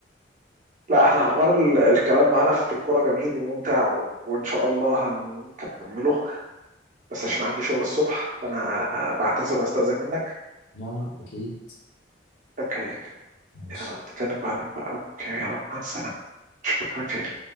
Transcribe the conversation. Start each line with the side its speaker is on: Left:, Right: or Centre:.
Right: لا احنا حوار ال- الكلام معانا في الكوره جميل وممتع و- وان شاء الله هنكمله بس عشان عندي شغل الصبح فانا بعتذر واستأذن منك
Left: لا لا أكيد
Right: اوكي
Left: ماشي
Right: يلا نتكلم بعدين بقى اوكي يلا مع السلامة اشوفك على خير